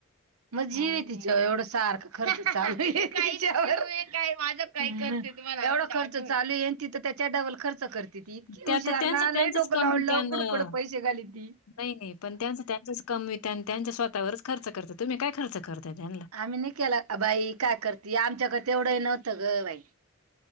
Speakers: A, on the right (about 85°); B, on the left (about 80°).
A: मग जीव तिच एवढं सारखं खर्च चालू आहेवर काय माझ का कर एवढा खर्च चालू येन त तर त्याच्या डबल खर्च करते त की
B: त्या
A: हुशार
B: तर त्यांचं
A: ना
B: त्यांचंच
A: लई ोकं
B: कमी
A: लावडलं
B: त्यानं
A: उघड उकडं पैसे घाली ती
B: नाही नाही पण त्या त्या कमी त्यांच्या स्वतःवरच खर्च करत तुम्ही काय खर्च करता त्यांना
A: आम्ही नाही केला बाई काय करते आमच्याकडे तेवढं नव्हतं ग बाई